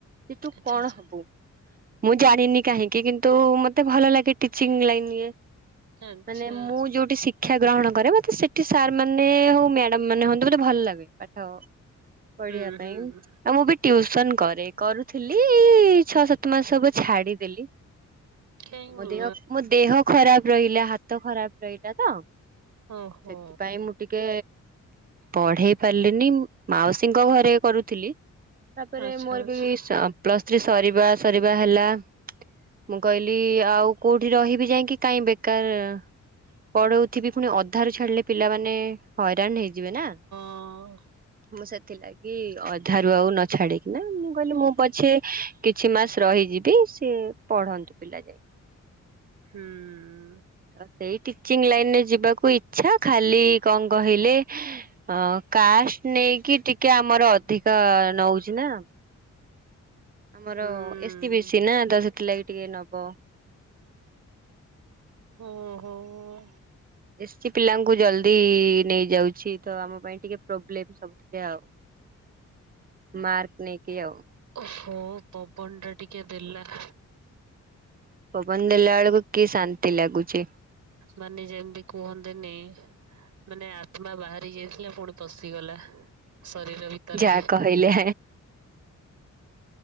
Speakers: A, on the right (about 30°); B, on the right (about 70°).
A: ଯେ ତୁ
B: ଆଚ୍ଛା
A: କଣ ହବୁ? ମୁଁ ଜାଣିନି କାହିଁକି କିନ୍ତୁ ମତେ ଭଲ ଲାଗେ ଟିଚିଂ ଲାଇନ୍ ଇଏ
B: ଆଚ୍ଛା ଆଚ୍ଛା
A: ମାନେ ମୁଁ ଯୋଉଠି ଶିକ୍ଷା ଗ୍ରହଣ କରେ, ମତେ ସେଠି ସାର୍ ମାନେ ମାନେ ହଉ ମ୍ୟାଡାମ ମାନେ ହୁଅନ୍ତୁ ମୋତେ ଭଲ ଲାଗେ ପାଠ ପଢିବା
B: ହୁଁ
A: ପାଇଁ।
B: ହୁଁ
A: ଆଉ ମୁଁ ବି ଟିଉସନ୍ କରେ, କରୁଥିଲି ଇ ଛଅ ସାତ ମାସ ହବ ଛାଡିଦେଲି।
B: କାଇଁ
A: ମୋ ଦେହ ମୋ ଦେହ ଖରାପ ରହିଲା, ହାତ ଖରାପ ରହିଲା ତ,
B: ଓହୋ
A: ସେଥିପାଇଁ ମୁଁ ଟିକେ ପଢ଼େଇ ପାରିଲିନି, ମାଉସୀଙ୍କ ଘରେ କରୁଥିଲି ତାପରେ
B: ଆଚ୍ଛା
A: ମୋର
B: ଆଚ୍ଛା
A: ବି, ପ୍ଲସ୍ ଥ୍ରୀ ସରିବା ସରିବା ହେଲା ମୁଁ କହିଲି ଆଉ କୋଉଠି ରହିବି ଯାଇକି କାଇଁ ବେ କାର୍ ପଢ଼ଉଥିବି, ପୁଣି ଅଧାରୁ ଛାଡି଼ଲେ ପିଲାମାନେ ହଇରାଣ ହେଇଯିବେ ନା?
B: ହଁ ଅ
A: ମୁଁ ସେଥିଲା ଲାଗି ଅଧାରୁ ଆଉ ନ ଛାଡି଼କିନା, ମୁଁ କହିଲି ମୁଁ ପଛେ କିଛି ମାସ ରହିଯିବି ସେ ପଢ଼ନ୍ତୁ ପିଲା ଯାଇକି।
B: ହୁଁ ଉଁ।
A: ତ ସେଇ ଟିଚିଂ ଲାଇନ ରେ ଯିବାକୁ ଇଛା, ଖାଲି କଣ କହିଲେ ହଁ କାଷ୍ଟ୍ ନେଇକି ଟିକେ ଆମର ଅଧିକା ନଉଚି ନା? ଆମର
B: ହୁଁ
A: ଏ ସି ବି ସି ନା, ତ ସେଥିଲାଗି ଟିକେ ନବ।
B: ହଁ ହଁ ହ।
A: ଏସ୍ ଟି ପିଲାଙ୍କୁ ଜଲଦି ଇ ନେଇଯାଉଛି ତ ଆମ ପାଇଁ ଟିକେ ପ୍ରୋବ୍ଲେମ ସବୁ। ଆଉ ମାର୍କ ନେଇ କି ଆଉ।
B: ଓହୋ ପବନଟା ଟିକେ ଦେଲା।
A: ପବନ ଦେଲା ବେଳକୁ କି ଶାନ୍ତି ଲାଗୁଛି।
B: ମାନେ ଯେମିତି କୁହନ୍ତିନି ମାନେ ଆତ୍ମା ବାହାରି ଯାଇଥିଲା ଫୁଣି ପଶିଗଲା। ଶରୀର ଭିତରେ।
A: ଯାହା କହିଲେ।